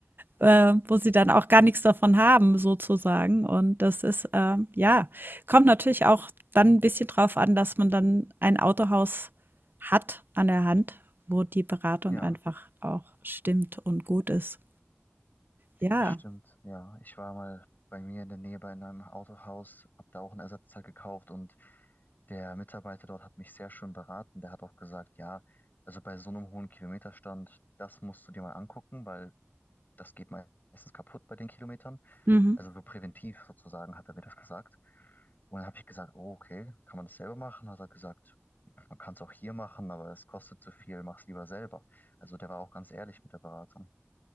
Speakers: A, on the right (about 45°); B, on the left (about 40°).
A: äh, wo sie dann auch gar nichts davon haben, sozusagen. Und das ist, äh, ja, kommt natürlich auch dann ein bisschen drauf an, dass man dann ein Autohaus hat an der Hand, wo die Beratung
B: ja.
A: einfach auch stimmt und gut ist. Ja.
B: Das stimmt, ja. Ich war mal bei mir in der Nähe bei einem Autohaus, habe da auch ein Ersatzteil gekauft und der Mitarbeiter dort hat mich sehr schön beraten. Der hat auch gesagt, ja, also bei so einem hohen Kilometerstand, das musst du dir mal angucken, weil das geht meistens kaputt bei den Kilometern.
A: Mhm.
B: Also so präventiv sozusagen hat er mir das gesagt. Und dann habe ich gesagt, oh, okay, kann man das selber machen? Hat er gesagt, man kann es auch hier machen, aber es kostet zu viel, mach's lieber selber. Also der war auch ganz ehrlich mit der Beratung.